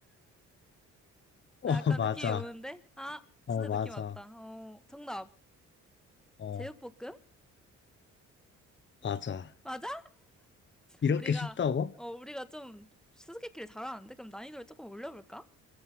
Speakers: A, on the left; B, in the centre.
A: 어,
B: 나 약간
A: <laughs> 맞아.
B: 느낌이 오는데? 아,
A: 어,
B: 진짜
A: 맞아.
B: 느낌 왔다. 어, 정답.
A: 어,
B: 제육볶음?
A: 맞아.
B: 맞아.
A: 이렇게
B: 우리가
A: 쉽다고?
B: 어 우리가 좀 수수께끼를 잘하는데 그럼 난이도를 조금 올려볼까?